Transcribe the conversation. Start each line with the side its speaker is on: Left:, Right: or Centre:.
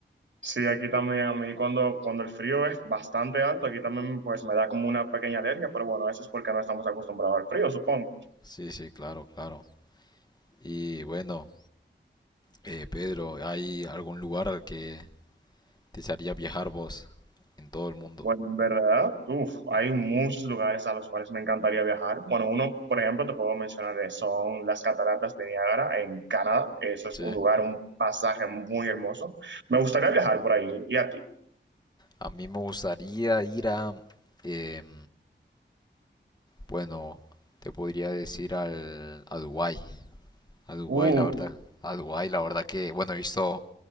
Right: Sí, aquí también a mí cuando, cuando el frío es bastante alto, aquí también pues me da como una pequeña alergia, pero bueno, eso es porque no estamos acostumbrados al frío, supongo.
Left: Sí, sí, claro, claro. Y bueno, eh, Pedro, ¿hay algún lugar al que desearías viajar vos en todo el mundo?
Right: Bueno, en verdad, uf, hay muchos lugares a los cuales me encantaría viajar. Bueno, uno, por ejemplo, te puedo mencionar, eh, son las cataratas de Niágara en Canadá. Eso es
Left: Sí.
Right: un lugar, un pasaje muy hermoso. Me gustaría viajar por ahí. ¿Y a ti?
Left: A mí me gustaría ir a, em, bueno, te podría decir al, a Dubái. A Dubái,
Right: Uf,
Left: la verdad. A Dubái, la verdad que, bueno, he visto